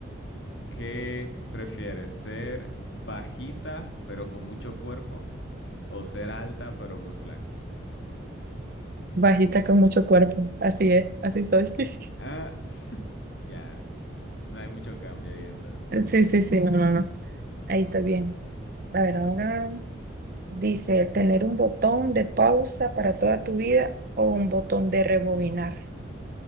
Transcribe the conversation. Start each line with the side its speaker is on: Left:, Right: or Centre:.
Left: ¿qué prefieres? ¿Ser bajita pero con mucho cuerpo? ¿O ser alta pero muy flaca?
Right: Bajita con mucho cuerpo. Así es, así soy. <laughs>
Left: Ah, <laughs> ya. No hay mucho cambio ahí entonces.
Right: Sí, sí, sí, no, no, no. Ahí está bien. A ver, ahora dice, tener un botón de pausa para toda tu vida o un botón de rebobinar.